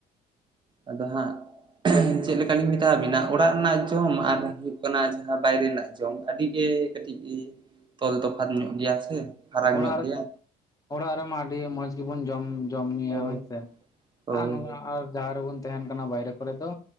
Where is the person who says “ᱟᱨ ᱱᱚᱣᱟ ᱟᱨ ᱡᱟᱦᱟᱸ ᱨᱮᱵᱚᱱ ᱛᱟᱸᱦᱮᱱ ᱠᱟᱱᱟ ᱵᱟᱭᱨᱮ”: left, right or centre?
Left